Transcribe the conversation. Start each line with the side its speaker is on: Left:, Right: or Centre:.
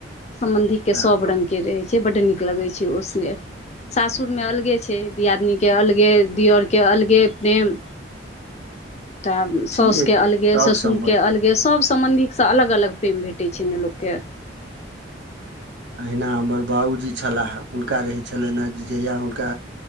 Left: सम्बन्धीे
Right: सएह
Left: के सभ
Right: गप
Left: रंग के रहैत बड़ नीक लगै छै ओ स्नेह सासुर में अलगे छै दियादनी के अलगे दियर के अलगे प्रेम
Right: <inaudible>
Left: तऽ साउस
Right: छैहे
Left: के
Right: की
Left: अलगे
Right: सभ
Left: ससुर
Right: सम्बन्धके
Left: के अलगे सब सम्बन्धिक अलग अलग प्रेम भेटै छै ने लोक के
Right: अहिना हमर बाबू जी छलाह हुनका रहै छलनि हे जे जहिया हुनका